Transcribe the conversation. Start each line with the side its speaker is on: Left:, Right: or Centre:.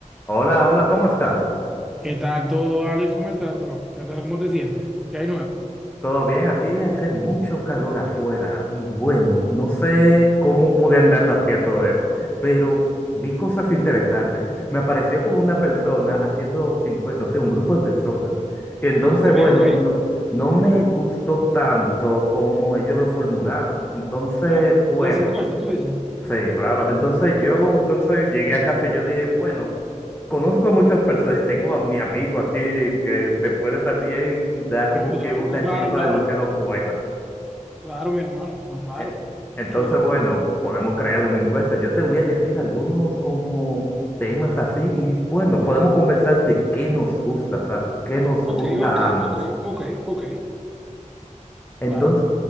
Left: Hola, hola, ¿cómo estás?
Centre: ¿Qué tal todo, Alex? ¿Cómo estás, bro? ¿Qué tal? ¿Cómo te sientes? ¿Qué hay nuevo?
Left: ¿Todo bien? Aquí hace mucho calor afuera y bueno, no sé cómo pude andar de a pie a todo eso, pero vi cosas interesantes. Me apareció como una persona haciendo encuestas, o sea, un grupo de personas. Y entonces,
Centre: Ok,
Left: bueno,
Centre: ok.
Left: no, no me gustó tanto como ellos lo formularon. Entonces,
Centre: Claro,
Left: bueno,
Centre: las encuestas, tú dices.
Left: sí, claro. Entonces yo, entonces llegué a casa y yo dije, bueno. Conozco a muchas personas y tengo a mi amigo aquí que me puede también dar como
Centre: Ayuda,
Left: que una
Centre: ok, claro,
Left: chispa
Centre: claro,
Left: demasiado
Centre: claro.
Left: buena.
Centre: Claro, mi hermano, pero claro.
Left: Eh, Entonces,
Centre: Solo-
Left: bueno, podemos crear una encuesta. Yo te voy a decir algunos como temas así y bueno, podemos conversar de qué nos gusta, sa- qué nos
Centre: Ok,
Left: gusta
Centre: ok,
Left: a ambos.
Centre: ok, ok, ok.
Left: Entonces,
Centre: Claro,